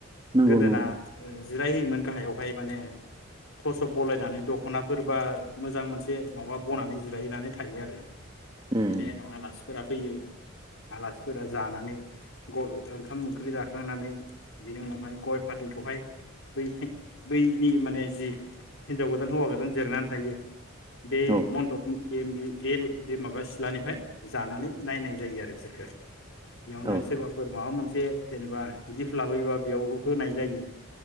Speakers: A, on the right; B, on the left.
A: नंगौ
B: गोदोना
A: नंगौ
B: ओ जिरायहोयोमोन गाहायावहाय माने टर्सब बलायनानै दख'नाफोर बा मोजां मोनसे बे माबा बनानै जिरायनानै थायो आरो
A: उम
B: <unintelligible> फोरा फैयो आलासिफोरा जानानै गइ ओंखाम ओंख्रि जाखांनानै बिनि उनावहाय गय फाथैखौहाय बै बैनि माने जि हिनजाव गोदान हौवा गोदान जिरनानै थायो बे
A: उम औ
B: मन्दप बे मे बे ले बे माबा सिलानिफ्राय जानानै नायनाय जायो आरो बिसोरखो बेयावनो
A: औ
B: सोरबाफोर माबा मोनस बे जेनेबा गिफ्ट लाबोयोबा बेयाव होनाय जायो।